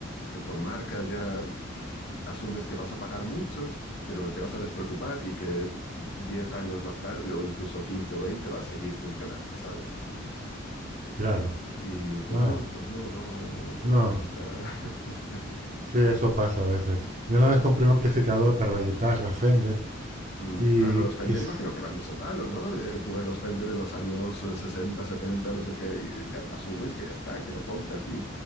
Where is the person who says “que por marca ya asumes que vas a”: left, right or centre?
Left